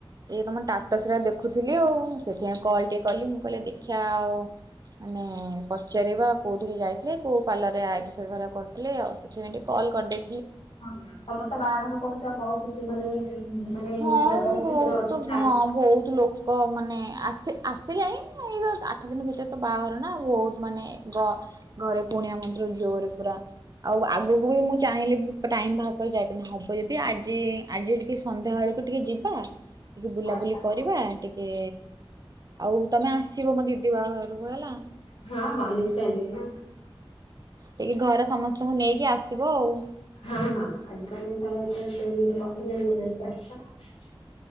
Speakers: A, on the right; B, on the left.
A: ଏଇ ତମ ଟାଟସା ଦେଖୁଥିଲି ଆଉ ହଁ ସେଥିପାଇଁ କଲ ଟିକେ କଲି ମୁଁ କହିଲେ ଦେଖିବା ଆଉ ମାନେ ପଚାରିବା କୋଉଠିକେ ଯାଇଥିଲେ କୋଉ ପାର୍ଲର ରେ ଆଇଷରା କରିଥିଲେ ଆଉ ସେଥି େ କଲ କରିଡେ
B: ହଁ ତମର ତ ବାହାଘର କହୁଛ ଆଉ ବହୁତ ସେି ମାନେ ମାନେ ଏଇ
A: ହଁ
B: ବେ-
A: ବହୁତ
B: ଶୀଘ୍ର ଅଛି
A: ହଁ ବହୁତ ଲୋକ ମାନେ ଆସି ଆସିଲାଣି ଏଇ ଆଠ ଦିନ ଭିତରେ ତ ବାହାଘର ନା ବହୁତ ମାନେ ଘରେ କୁଣିଆ ମନ୍ଦିର ଜୋରେ ପୁରା ଆଉ ଆଗକୁ ବି ମୁଁ ଚାହିଁଲେ ଟାଇମ ବାହାର କରି ଯାଇପାରୁନି ହବ ଯଦି ଆଜି ଆଜି ଟିକେ ସନ୍ଧ୍ୟା ବେଳକୁ ଟିକେ ଯିବା ଟିକେ ବୁଲାବୁଲି
B: ଆଚ୍ଛା ହଉ।
A: କରିବା ଟିକେ ଆଉ ତମେ ଆସିବ ମୋ ଦିଦି ବାହା ଘରକୁ ହେଲା
B: ହଁ ହଁ ନିଶ୍ଚୟ ଯିବି ନା
A: ଟିକି ଘରେ ସମସ୍ତଙ୍କୁ ନେଇକି ଆସିବ ଆଉ
B: ହଁ ହଁ ଆଜି ତାହେଲେ ତମେ ଟ୍ରେନିଂରେ କହିଥିଲି ବୁଲିବାଲିକି ଆସଛ